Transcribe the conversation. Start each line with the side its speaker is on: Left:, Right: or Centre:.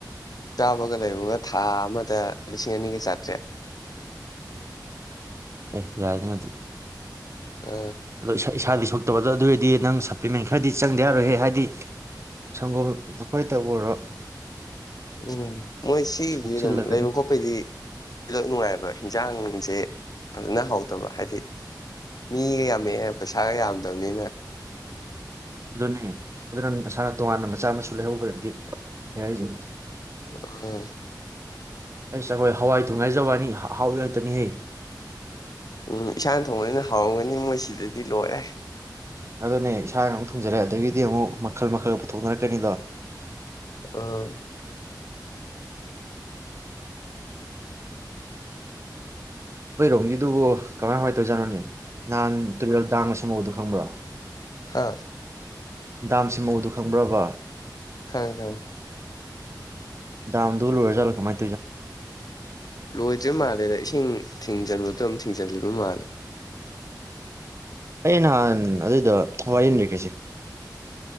Left: ꯆꯥꯕꯒ ꯂꯩꯕꯒ ꯊꯥ ꯑꯃꯗ ꯂꯤꯁꯤꯡ ꯑꯅꯤꯒ ꯆꯥꯇ꯭ꯔꯦꯠ
Right: ꯑꯦ ꯌꯥꯏꯅꯑꯗꯤ
Left: ꯑ
Right: ꯑꯗꯨ ꯏꯁꯥꯗꯤ ꯊꯣꯛꯇꯕꯗꯣ ꯑꯗꯨ ꯑꯣꯏꯔꯗꯤ ꯅꯪ ꯁꯄ꯭ꯂꯤꯃꯦꯟ ꯈꯔꯗꯤ ꯆꯪꯗꯤ ꯌꯥꯔꯣꯏꯍꯦ ꯍꯥꯏꯗꯤ ꯁꯪꯒꯣꯝ ꯐꯣꯏꯇꯕꯨ ꯑꯣꯏꯔꯣ
Left: ꯎꯝ ꯃꯣꯏ ꯁꯤꯒꯤꯗꯤ
Right: ꯁꯣꯛꯆꯤꯜꯂꯛꯀꯅꯤ
Left: ꯑꯗꯨꯝ ꯂꯩꯕ ꯈꯣꯠꯄꯩꯗꯤ ꯅꯨꯡꯉꯥꯏꯕ ꯍꯤꯟꯁꯥꯡꯁꯦ ꯐꯖꯅ ꯍꯧꯗꯕ ꯍꯥꯏꯗꯤ ꯃꯤꯒ ꯌꯥꯝꯃꯛꯑꯦ ꯄꯩꯁꯥꯒ ꯌꯥꯝꯗꯕꯅꯤꯅ
Right: ꯑꯗꯨꯅꯦ ꯑꯗꯨꯅ ꯅꯁꯥꯅ ꯇꯣꯉꯥꯟꯅ ꯃꯆꯥ ꯃꯁꯨ ꯂꯩꯍꯧꯕ꯭ꯔꯗꯤ ꯍꯥꯌꯥꯏꯁꯨ
Left: ꯑꯝ
Right: ꯑꯩꯁ ꯑꯩꯈꯣꯏ ꯍꯋꯥꯏ ꯊꯣꯉꯤ ꯍꯥꯏꯖꯕ ꯋꯥꯅꯤ ꯑꯍ ꯧꯕꯤ ꯉꯀꯇꯅꯤꯍꯦ
Left: ꯎꯝ ꯏꯁꯥꯅ ꯊꯣꯡꯕꯅꯤꯅ ꯍꯥꯎꯔꯝꯒꯅꯤ ꯃꯣꯏ ꯁꯤꯗꯗꯤ ꯂꯣꯏꯔꯦ
Right: ꯑꯗꯨꯅꯦ ꯏꯁꯥꯅ ꯑꯃꯨꯛ ꯊꯣꯡꯖꯔꯦ ꯑꯗꯨꯗꯒꯤꯗꯤ ꯑꯃꯨꯛ ꯃꯈꯜ ꯃꯈꯜ ꯄꯨꯊꯅꯔꯛ ꯀꯥꯅꯤꯅꯣ
Left: ꯑꯥ
Right: ꯅꯣꯏ ꯔꯣꯡꯒꯤꯗꯨꯕꯨ ꯀꯃꯥꯏ ꯀꯃꯥꯏ ꯇꯧꯔꯤꯖꯥꯠꯅꯣꯅꯦ ꯅꯍꯥꯟ ꯇꯨꯨꯔꯦꯜ ꯇꯥꯡꯅ ꯁꯝꯃꯨꯕꯗꯨ ꯈꯪꯕ꯭ꯔꯥ?
Left: ꯍꯥꯥ
Right: ꯗꯥꯝꯁꯤ ꯃꯧꯗꯨ ꯈꯪꯕ꯭ꯔꯕ
Left: ꯈꯪꯏ ꯈꯪꯏ
Right: ꯗꯥꯝꯗꯣ ꯂꫭꯏꯔ ꯖꯥꯠꯂꯣ ꯀꯃꯥꯏ
Left: ꯂꯣꯏꯗ꯭ꯔꯤ ꯃꯥꯜꯂꯦꯗ ꯏꯁꯤꯡ ꯊꯤꯡꯖꯟꯕꯗꯣ ꯑꯗꯨꯝ ꯊꯤꯡꯖꯤꯜꯂꯤꯕ ꯃꯥꯜꯂꯦ
Right: ꯑꯩ ꯅꯍꯥꯟ ꯑꯗꯨꯗ ꯋꯥꯔꯤ ꯑꯝ ꯂꯤꯔꯛꯀꯦꯁꯦ